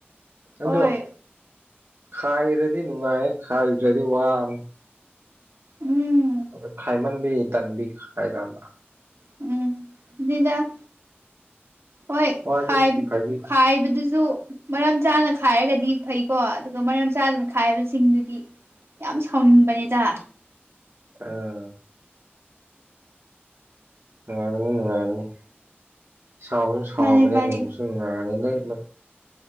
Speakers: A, on the right; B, on the right.
A: ꯑꯗꯣ
B: ꯍꯣꯏ
A: ꯈꯥꯏꯔꯗꯤ ꯅꯨꯡꯉꯥꯏ ꯈꯥꯏꯗ꯭ꯔꯗꯤ ꯋꯥꯕꯅꯦ
B: ꯎꯝ
A: ꯑꯗꯨ ꯈꯥꯏꯃꯟꯕꯤ ꯇꯟꯕꯤ ꯈꯥꯏꯔꯕ
B: ꯎꯝ ꯅꯤꯗ ꯍꯣꯏ
A: ꯋꯥꯁꯨ
B: ꯈꯥꯏꯕꯗꯨꯁꯨ
A: ꯐꯒꯤ
B: ꯃꯔꯝ ꯆꯥꯅ ꯈꯥꯏꯔꯒꯗꯤ ꯐꯩꯀꯣ ꯑꯗꯨꯒ ꯃꯔꯝ ꯆꯥꯗꯅ ꯈꯥꯏꯕꯁꯤꯡꯗꯨꯗꯤ ꯌꯥꯝ ꯁꯥꯎꯅꯤꯡꯕꯅꯤꯗ
A: ꯑꯥ ꯅꯨꯡꯉꯥꯏꯕꯅꯤ ꯅꯨꯡꯉꯥꯏꯕꯅꯤ ꯁꯥꯎꯁꯨ ꯁꯥꯎꯕꯅꯦ
B: ꯃꯥꯅꯦ ꯃꯥꯅꯦ
A: ꯅꯅꯨꯡꯁꯨ ꯅꯨꯡꯉꯅꯤ ꯂꯩ